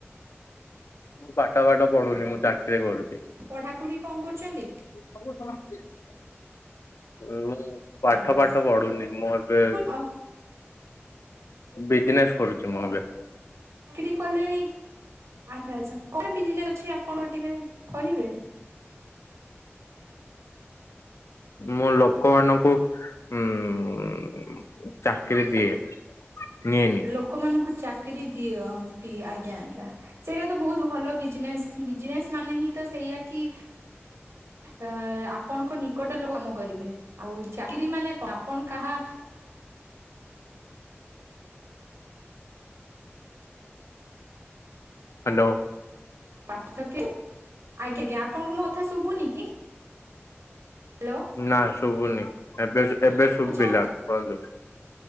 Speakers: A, on the left (about 80°); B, on the right (about 80°).
A: ମୁଁ ପାଠ ଫାଠ ପଢୁନି ମୁଁ ଚାକିରି କରୁଛି।
B: ପଢାପଢି କଣ କରୁଛନ୍ତି?
A: ସବୁତ <inaudible> ମୁଁ ପାଠ
B: ବାବା
A: ଫାଠ ପଢୁନି ମୁଁ ଏବେ
B: ଆଉ
A: ବିଜନେସ୍ କରୁଛି ମୁଁ ଏବେ।
B: ଚାକିରି କଲେଣି ଆଚ୍ଛା ଆଚ୍ଛା କଣ ବିଜନେସ୍ ଅଛି ଆପଣଙ୍କ ଟିକେ କହିବେ?
A: ମୁଁ ଲୋକମାନଙ୍କୁ। ହୁଁ ଚାକିରି ଦିଏ। ନିଏନି
B: ଲୋକମାନଙ୍କୁ ଚାକିରୀ ଦିଅ -ନ୍ତି ଆଜ୍ଞା ଆଜ୍ଞା। ସେଇଟା ତ ବହୁତ ଭଲ ବିଜନେସ ବିଜନେସ ମାନେ ହିଁ ତ ସେଇଆ କି। ଅ ଆପଣଙ୍କ ନିକଟ ଲୋକ କାମ କରିବେ ଆଉ ଚାକିରି ମାନେ କଣ ଆପଣ କାହା
A: ହାଲୋ।
B: ପାର୍ଥକ୍ୟ ଆଜ୍ଞା ଆଜ୍ଞା ଆପଣଙ୍କୁ ମୋ କଥା ଶୁଭୁନି କି? ହାଲୋ।
A: ନା ଶୁଭୁନି ଏବେ ଶୁ ଏବେ ଶୁଭିଲା
B: ଆଚ୍ଛା
A: କୁହନ୍ତୁ।